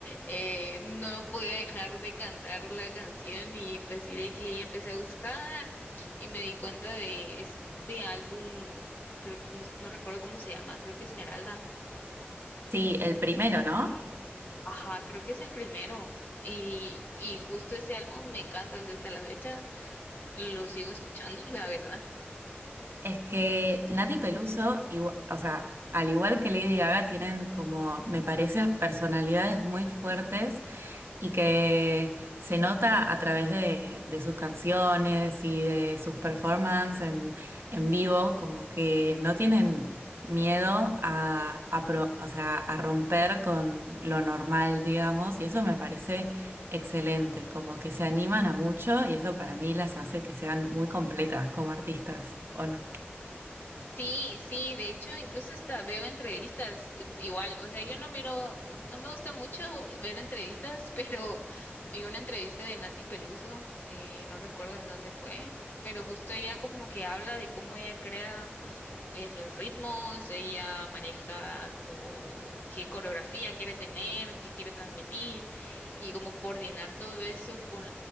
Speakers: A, on the left; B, on the right.
A: eh, no podía dejar de cantar la canción y fue así de que ya empecé a buscar y me di cuenta de este álbum, creo, no no recuerdo cómo se llama, creo que Esmeralda
B: sí, el primero,
A: Eh,
B: ¿no?
A: ajá, creo que es el primero. Y, y justo ese álbum me encanta, o sea, hasta la fecha lo sigo escuchando, <laughs> la verdad.
B: Es que Nati Peluso, igua- o sea, al igual que Lady Gaga, tienen como, me parece, personalidades muy fuertes y que se nota a través de, de sus canciones y de sus performances en, en vivo, como que no tienen miedo a, a pro- o sea, a romper con lo normal, digamos, y eso me parece excelente, como que se animan a mucho y eso para mí las hace que sean muy completas como artistas, ¿o no?
A: Sí, sí, de hecho, incluso hasta veo entrevistas, eh, igual, o sea, yo no miro, no, no me gusta mucho ver entrevistas, <laughs> pero vi una entrevista de Nati Peluso, eh, no recuerdo en dónde fue, pero justo ella como que habla de cómo ella crea eh, los ritmos, ella maneja como qué coreografía quiere tener, qué quiere transmitir. y como coordinar todo eso con